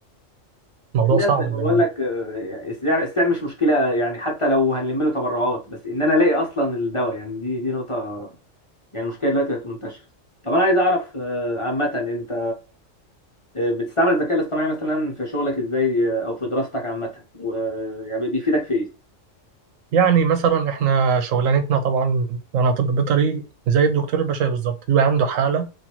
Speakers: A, on the right (about 80°); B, on the left (about 30°).
A: فالموضوع
B: في ناس
A: صعب
B: انا
A: للأمانة
B: بقول لك آه، السعر السعر مش مشكله يعني حتى لو هنلم له تبرعات بس ان انا الاقي اصلا الدواء يعني دي دي نقطه يعني مشكله دلوقتي بقت منتشره طب انا عايز اعرف آه، عامه انت آه، بتستعمل الذكاء الاصطناعي مثلا في شغلك ازاي آه، او في دراستك عامه و- آه، يعني بيفيدك في ايه
A: يعني مثلا إحنا شغلانتنا طبعا أنا طب بيطري زي الدكتور البشري بالظبط بيبقى عنده حالة